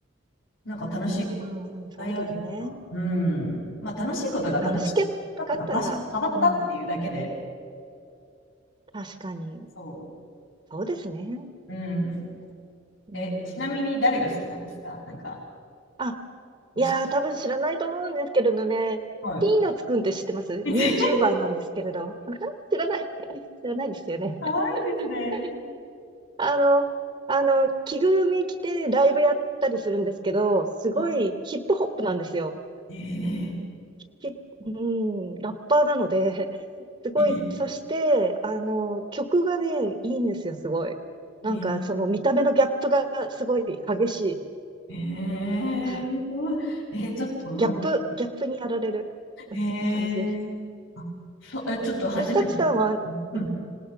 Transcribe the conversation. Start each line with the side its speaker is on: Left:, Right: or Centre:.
Left: なんか楽しいことっていっぱいあるから、
Right: うんうんうん。そうですね。
Left: うん、まあ楽しいことが多分、
Right: 楽しけかったら、
Left: っていうか、場所変わったっていうだけで、
Right: うん。確かに。
Left: そう。
Right: そうですね。
Left: うん。
Right: うん。
Left: え、ちなみに誰が好きなんですかなんか、
Right: あ、
Left: 推して。
Right: いやー、多分知らないと思うんですけれどね。
Left: は
Right: ピーナッツくんって知ってます
Left: い。
Right: ?YouTuber
Left: <laughs>
Right: なんですけれど。<laughs> 知らない。<laughs> 知らないですよね。
Left: かわい <laughs> いですね。
Right: <laughs> あの、あの、着ぐるみ着てライブやったりするんですけど、すごいヒップホップなんですよ。
Left: あえ
Right: き、うん、ラッパーなので、<laughs> すごい、
Left: ー、え
Right: そして、あの、曲がね、いいんですよ、すごい。なんか、
Left: ー、
Right: その見た目のギャップがすごい激しい。
Left: えー、
Right: <laughs>
Left: そう、えー、ちょっとなんか、
Right: ギャップ、ギャップにやられる
Left: えー、
Right: 感じです。
Left: あ、そう、え、ちょっと初めて。
Right: え、サチさんは、
Left: うん、
Right: うん、